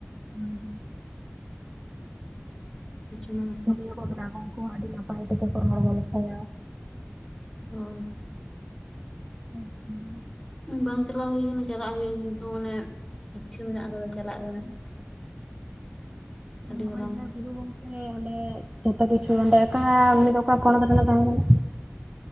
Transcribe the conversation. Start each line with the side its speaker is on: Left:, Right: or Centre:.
Right: ᱦᱳᱭ ᱦᱳᱭ᱾
Centre: <unintelligible>
Right: ᱜᱟᱹᱭ ᱠᱚ ᱢᱮᱱᱟᱜ ᱠᱚᱣᱟ ᱩᱱᱠᱩ ᱦᱚᱸ ᱟᱹᱰᱤ ᱱᱟᱯᱟᱭ ᱛᱮᱜᱮ ᱠᱚ ᱛᱚᱞ ᱫᱚᱦᱚ ᱠᱟᱠᱚ ᱠᱮᱭᱟ᱾
Centre: ᱦᱩᱸ᱾
Right: ᱦᱩᱸ <unintelligible>
Centre: ᱵᱟᱝ ᱪᱟᱞᱟᱣ ᱦᱩᱭ ᱠᱟᱱᱟ ᱪᱟᱞᱟᱜ ᱦᱩᱭᱩᱜ-ᱟ ᱠᱤᱱᱛᱩ ᱢᱟᱱᱮ ᱤᱪᱪᱷᱟᱹ ᱢᱮᱱᱟᱜ ᱟᱠᱟᱫᱟ ᱪᱟᱞᱟᱜ ᱨᱮᱱᱟᱜ᱾
Right: ᱦᱩᱸ,
Centre: ᱟᱹᱰᱤ
Right: ᱱᱚᱜ-ᱚᱭ
Centre: ᱢᱟᱨᱟᱝ
Right: ᱡᱟᱦᱟᱸ᱾ ᱜᱩᱨᱩ ᱜᱚᱝᱠᱮ ᱚᱸᱰᱮ ᱡᱚᱛᱚ ᱠᱤᱪᱷᱩ ᱚᱸᱰᱮ ᱠᱟᱜ-ᱟ ᱟᱨ ᱩᱱᱤ ᱫᱚ ᱚᱠᱟ ᱯᱚᱱᱚᱛ ᱨᱮᱱᱮ ᱛᱟᱦᱮᱸ ᱠᱟᱱᱟ?